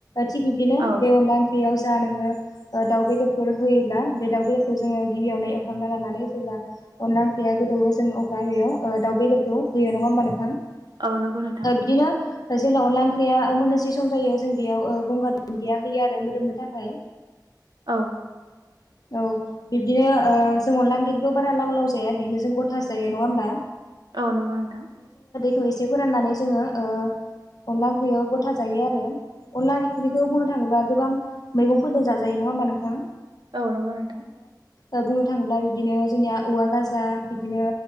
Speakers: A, on the left; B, on the right.
A: थिग बिब्दिनो
B: औ
A: बे अनला ओंख्रियाव जा नोङो ओ दाउ बेदरफोर होयोब्ला बे दाउ बेदरखौ जोङो गिबियावनो एवखांना लानानै जेब्ला अनला ओंख्रिया गोदौ जोंङो अब्ला बेयाव ओ दाउ बेदरखौ होयो नङा होनबा नोंथां
B: अ नोंगौ नोंथां
A: ओ बिदिनो जेब्ला अनला ओंख्रिया ओ मोननोसै सम जायो ओ जों बेयाव गंगार दुन्दिया होयो आरो मोदोमनो थाखाय
B: औ
A: <unintelligible> औ बिब्दिनो जों ओ अनला ओंख्रिखौथ' बारा लाव लाव जाया बिदिनो जों गथासो जायो नङा होमबा।
B: औ नोंगौ नोंथां
A: थ इसे फोराननानै जोङो ओ। अनला ओंख्रियाव गथा जायो आरो अनला ओंख्रिखौ बुंनो थाङोब्ला गोबां मैगंफोरजों जाजायो नङा नङा होमबा नोंथां।
B: औ नोंगौ नोंथां।
A: ओ बुंनो थाङोब्ला बिदिनो जोंनिया औवा गाजा बिदिनो